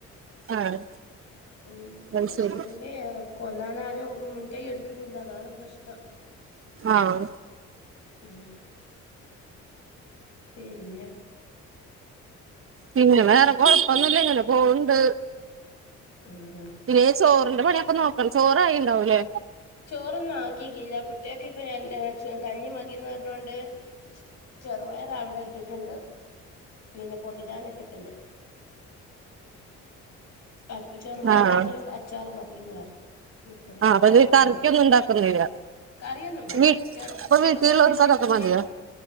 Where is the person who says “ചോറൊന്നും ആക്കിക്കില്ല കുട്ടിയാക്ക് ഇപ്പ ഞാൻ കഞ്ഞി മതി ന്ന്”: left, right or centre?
Left